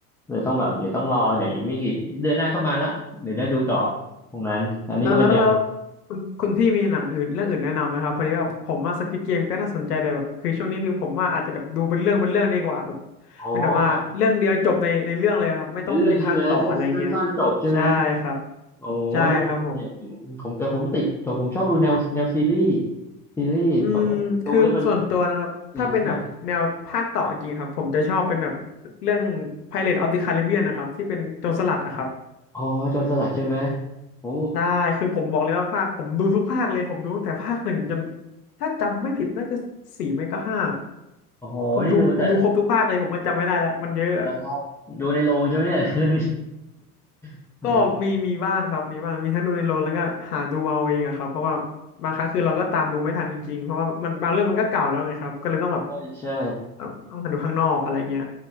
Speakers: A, in the centre; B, on the left.
A: เลยต้องแบบเดี๋ยวต้องรอเนี่ยอีกไม่กี่เดือนหน้าก็มาละเดี๋ยวได้ดูต่อตรงนั้นอันนี้ก็เป็นแนว
B: แล้วแล้วแล้วคุณคุณพี่มีหนังอื่นเรื่องอื่นแนะนำไหมครับพอดีว่าผมว่าสควิดเกมก็น่าสนใจแต่แบบคือช่วงนี้คือผมว่าอาจจะแบบดูเป็นเรื่องเป็นเรื่องดีกว่าแบบ
A: อ๋อแบบ
B: เป็นแบบว่าเรื่องเดียวจบในในเรื่องเลยครับไม่ต้องมีภาคต่ออะไรเงี้ย
A: เป็นเรื่องใช่ไหมสั้นสั้นสั้นจบใช่ไหม
B: ใช่ครับ
A: โอ้โหนั่นอย่างผมผมแต่ผมติดแต่ผมชอบดูแนวแนวซีรีส์
B: ใช่ครับผม
A: ซีรีส์แบบว่าดูแล้วมันแบบ
B: อืมคือส่วนตัวนะครับถ้าเป็นแบบแนวภาคต่อจริงๆครับผมจะชอบเป็นแบบเรื่อง
A: เออใช่
B: Pirates of the Caribbean นะครับที่เป็นโจรสลัดอะครับ
A: อ๋อจนสลัดใช่ไหมโอ้
B: ได้คือผมบอกเลยว่าภาคผมดูทุกภาคเลยผมดูตั้งแต่ภาคหนึ่งจนถ้าจำไม่ผิดน่าจะสี่ไม่ก็ห้า
A: โอ้โหนี่ดูแต่
B: ผมดูผมดูครบทุกภาคเลยผมก็จำไม่ได้แล้วมันเยอะ
A: แล้วครับดูในโรงใช่ไหมเนี่ย <laughs> เรื่องนี้ <laughs> โอ้
B: ก็มีมีบ้างครับมีบ้างมีทั้งดูในโรงแล้วก็หาดูเอาเองอะครับเพราะว่าบางครั้งคือเราก็ตามดูไม่ทันจริงๆเพราะว่ามันบางเรื่องมันก็เก่าแล้วไงครับก็เลยต้องแบบ
A: ใช่ใช่
B: ต้องต้องหาดูข้างนอกอะไรเงี้ย